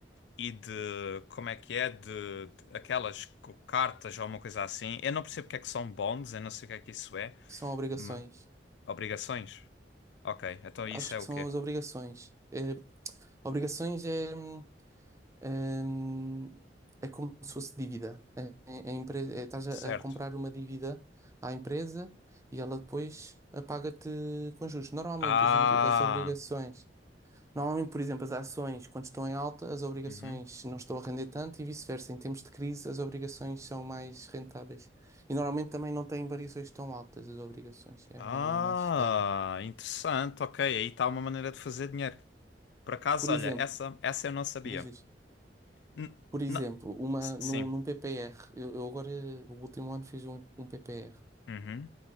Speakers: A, on the left; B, on the right.
A: e de, como é que é, de, de aquelas co- cartas ou uma coisa assim. Eu não percebo o que é que são bonds, eu não sei o que é que isso é,
B: São obrigações.
A: mas... Obrigações? Ok, então isso
B: Acho
A: é
B: que
A: o
B: são
A: quê?
B: as obrigações. É, Obrigações é, hum, hum, é como se fosse dívida. É, é- é empre- é- estás a,
A: Certo.
B: a comprar uma dívida à empresa e ela depois eh, paga-te com juros. Normalmente
A: Ah...
B: as, ibri- as obrigações, normalmente, por exemplo, as ações, quando estão em alta, as obrigações
A: Uhum.
B: não estão a render tanto e vice-versa. Em tempos de crise, as obrigações são mais rentáveis. E normalmente também não têm variações tão altas as obrigações, é
A: Ah,
B: mais, é mais estável.
A: interessante. Ok, aí está uma maneira de fazer dinheiro. Por acaso,
B: Por
A: olha,
B: exemplo,
A: essa, essa eu não sabia.
B: diz isto.
A: N-
B: Por exemplo,
A: na-
B: uma,
A: s-
B: num,
A: Sim.
B: num PPR, eu, eu agora, o último ano, fiz um, um PPR.
A: Uhum.